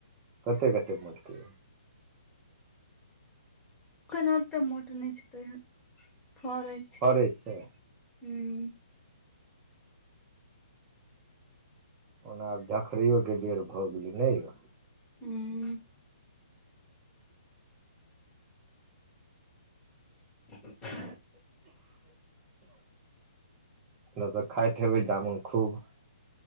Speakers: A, on the right; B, on the left.
A: कते कते मोट के
B: अखन ओते मोट नहि छै तयौ फरे
A: फरे छै
B: हूँ
A: ओना आब झखरैयओे बेर भऽ गेलै नहि यौ
B: हू <inaudible>
A: नहि तऽ खाायतेबै जामुन खूब